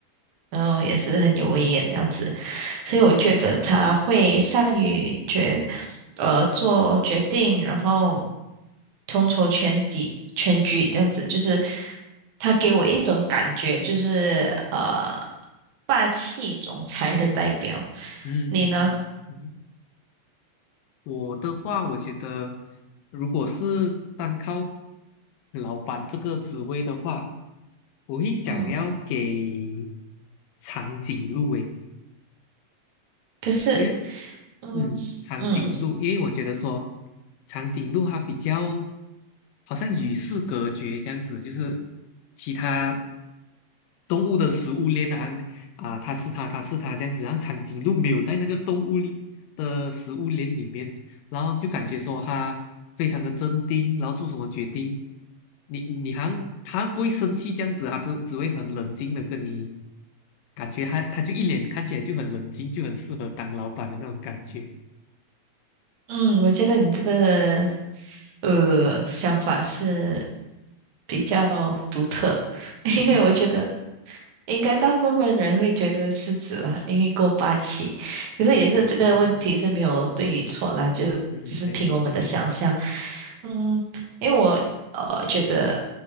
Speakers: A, on the right (about 80°); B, on the left (about 85°).
A: 然后也是很有威严这样子，所以我觉得他会善于决，
B: 嗯嗯
A: 呃，做决定，然后统筹全局，全局这样子，就是他给我一种感觉，就是呃，霸气总裁的代表。
B: 嗯嗯嗯嗯，
A: 你呢？
B: 我的话，我觉得如果是单靠老板这个职位的话，我会想要给
A: 嗯，
B: 长颈鹿诶。
A: 可是，
B: 因为
A: 嗯嗯
B: 嗯，长颈鹿，因为我觉得说长颈鹿它比较好像与世隔绝这样子，就是其他动物的食物链啊啊，它吃它，它吃它这样子，然后长颈鹿没有在那个动物里的食物链里面，然后就感觉说它非常的镇定，然后做什么决定，你你好像它不会生气这样子，它都只会很冷静的跟你，感觉它它就一脸看起来就很冷静，就很适合当老板的那种感觉。
A: 嗯，我觉得你这个呃想法是比较独特，<laughs>
B: 嗯。
A: 因为我觉得。应该大部分人会觉得狮子吧，因为够霸气。可是也是这个问题是没有对与错啦，
B: 嗯嗯，对对，
A: 就只是凭我们的想象。
B: 嗯对对对，
A: 嗯，因为我呃觉得